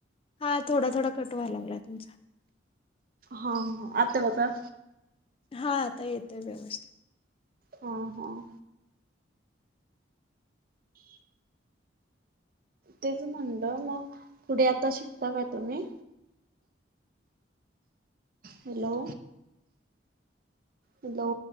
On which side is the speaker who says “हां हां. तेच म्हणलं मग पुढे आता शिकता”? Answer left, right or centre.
Right